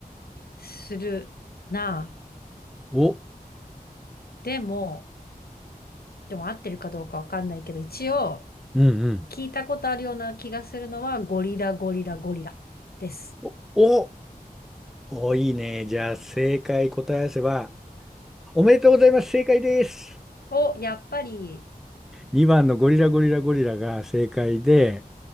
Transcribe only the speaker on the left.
するな。
でも、でも合ってるかどうかわかんないけど、一応、
聞いたことあるような気がするのは、ゴリラゴリラゴリラです。
お、やっぱり、